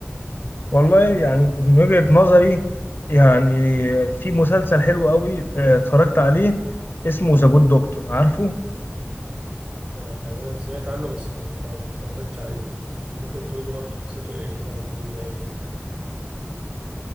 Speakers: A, on the left; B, on the right.
A: والله يعني من وجهة نظري يعني في مسلسل حلو قوي اه، اتفرجت عليه اسمه ذا جود دكتور عارفه
B: آه تقريبا سمعت عنه بس ما اتفر- ما اتفرجتش عليه ممكن تقول لي برضو قصته إيه كده والدنيا إيه؟